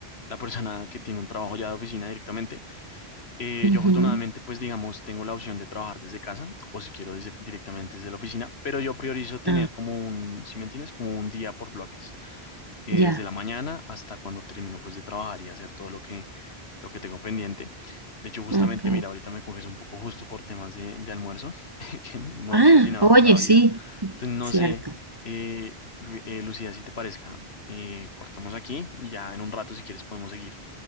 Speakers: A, on the left; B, on the right.
A: la persona que tiene un trabajo ya de oficina directamente. Eh,
B: ujú.
A: yo afortunadamente, pues digamos, tengo la opción de trabajar desde casa o si quiero desde- directamente desde la oficina, pero yo priorizo tener
B: Ah,
A: como un, si me entiendes, como un día por bloques, eh,
B: ya,
A: desde la mañana hasta cuando termino pues de trabajar y hacer todo lo que, lo que tengo pendiente. De hecho, justamente,
B: ok.
A: mira, ahorita me coges un poco justo por temas de, de almuerzo, <laughs> que no
B: Ah,
A: he cocinado
B: oye,
A: todavía.
B: sí,
A: Entonces, no
B: cierto.
A: sé, eh, Lu- eh, Lucía, si te parezca, eh, cortamos aquí y ya en un rato, si quieres, podemos seguir